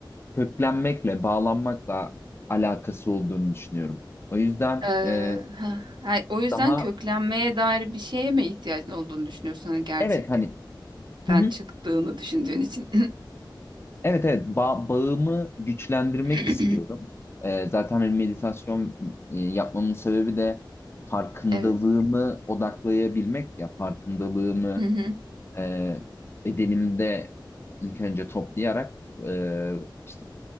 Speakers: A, on the left (about 30°); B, on the right (about 65°).
A: köklenmekle, bağlanmakla alakası olduğunu düşünüyorum. O yüzden
B: Ee,
A: e,
B: ha. Yani o yüzden
A: daha
B: köklenmeye dair bir şeye mi ihtiyacın olduğunu düşünüyorsun? Hani gerçeklikten
A: evet hani hı hı,
B: çıktığını düşündüğün için.
A: evet evet ba- bağımı güçlendirmek
B: <clears throat>
A: istiyorum. E, zaten hani meditasyon e, yapmamın sebebi de farkındalığımı
B: Evet.
A: odaklayabilmek ya farkındalığımı
B: <laughs>
A: e, bedenimde ilk önce toplayarak e, işte